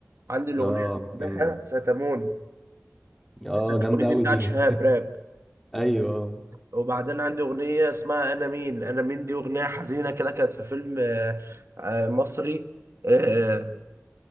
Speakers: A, on the right; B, in the centre.
A: عندي الاغنيه
B: اه
A: اللي بعدها
B: جامده
A: ستموني
B: اه
A: بس الاغنيه
B: جامده
A: دي
B: قوي
A: بتاعت
B: دي <laughs>
A: شهاب راب
B: ايوه
A: وبعدين عندي اغنيه اسمها انا مين انا مين دي اغنيه حزينه كده كانت في فيلم آه، آه، مصري آه،